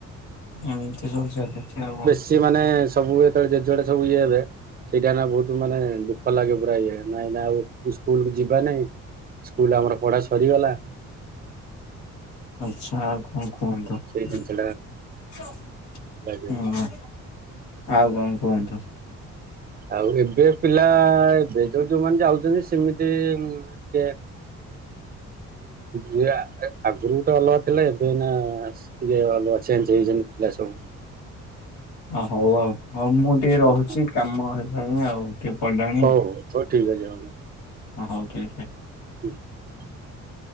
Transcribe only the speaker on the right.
କିଛି ମାନେ ସବୁ ଯେତେବେଳେ ଜେ ଯୁଆଡେ ସବୁ ଇଏ ହେବେ ସେଇଟା ଏନା ବହୁତ ମାନେ ଦୁଃଖ ଲାଗେ ପୁରା ଇଏ ନାଇଁ ନା ଆଉ ସ୍କୁଲ କୁ ଯିବା ନାଇଁ ସ୍କୁଲରେ ଆମର ପଢା ସରିଗଲା
ସେଇ
ଜିନିଷ ଟା
ଲାଗେ
ଆଉ ଏବେ ପିଲା ଏବେ ଯୋଉ ଯୋଉମାନେ ଯାଉଛନ୍ତି, ସେମିତି କେ <inaudible> ଯଏ ଆଗରୁ ଗୋଟେ ଅଲଗା ଥିଲା ଏବେ ନା <unintelligible> ଟିକେ ଅଲଗଆ ଚେଞ୍ଜ ହେଇଛନ୍ତି <unintelligible> ସବୁ
ହଉ
ହଉ ହଉ ଠିକ୍ ଅଛିା
ହୁ <inaudible>